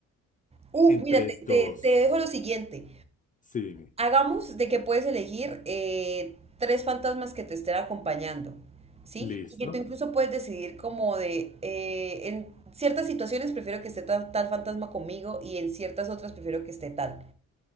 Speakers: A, on the right; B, on the left.
A: Uf,
B: entre
A: mira, te, te,
B: dos.
A: te dejo lo siguiente.
B: Sí, dime.
A: Hagamos de que puedes elegir eh, tres fantasmas que te estén acompañando, ¿sí?
B: Listo.
A: Y que tú incluso puedes decidir como de, eh, en ciertas situaciones prefiero que esté ta- tal, fantasma conmigo y en ciertas otras prefiero que esté tal.